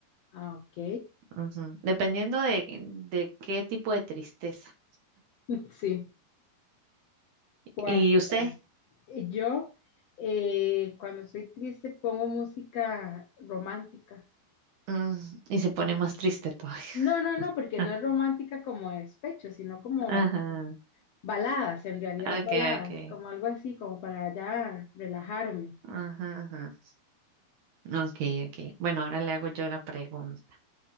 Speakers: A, on the left; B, on the right.
A: Ah, ok.
B: Ujú. Dependiendo de, de qué tipo de tristeza.
A: <laughs> Sí. ¿Cuál
B: ¿Y usted?
A: otra? Eh, Yo, eh, cuando estoy triste, pongo música romántica.
B: Mm, y se pone
A: O-
B: más triste todavía.
A: No, no, no, porque
B: Ah,
A: no es romántica como despecho, sino como
B: Ajá.
A: Baladas, en realidad
B: Okay,
A: baladas,
B: okay.
A: como algo así, como para ya relajarme.
B: Ajá, ajá. Okay, okay. Bueno, ahora le hago yo la pregunta.